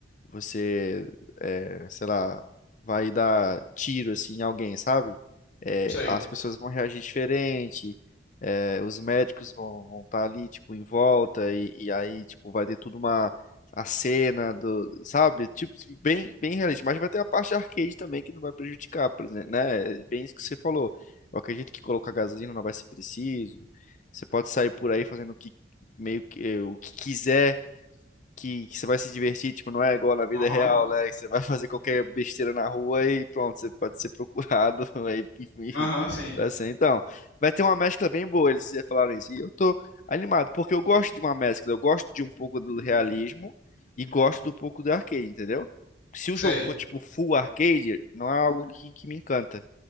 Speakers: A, on the left; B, on the left.
A: você, é, sei lá, vai dar tiro assim em alguém, sabe? É,
B: sei.
A: as pessoas vão reagir diferente, é, os médicos vão vão estar ali, tipo, em volta, e, e aí, tipo, vai ter tudo uma a cena do, sabe? Tipo, bem, bem realista, mas vai ter a parte arcade também que não vai prejudicar, por exemplo, né? É Bem isso que você falou. Eu acredito que colocar gasolina não vai ser preciso. Você pode sair por aí fazendo o que meio que o que quiser que, que você vai se divertir, tipo, não é igual na vida
B: Aham,
A: real, né? Que Você vai fazer qualquer besteira na rua e pronto, você pode ser procurado, <laughs> aí, enfim,
B: aham, sim,
A: assim. Então, vai ter uma mescla bem boa, eles falaram isso. E eu tô animado, porque eu gosto de uma mescla, eu gosto de um pouco do realismo e gosto do pouco do arcade, entendeu? Se o
B: sei.
A: jogo for, tipo, full arcade, não é algo que, que me encanta.